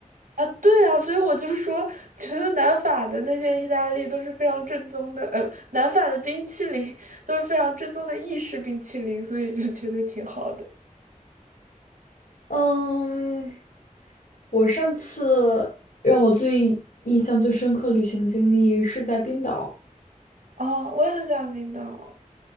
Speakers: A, on the right (about 80°); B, on the left (about 80°).
A: 啊，对啊，所以我就说，觉得南法的那些意大利都是非常正宗的，呃，南法的冰淇淋都是非常正宗的意式冰淇淋，所以就觉得挺好的。
B: <laughs> 嗯，我上次让我最印象最深刻旅行经历是在冰岛。
A: 哦，我也很想欢冰岛。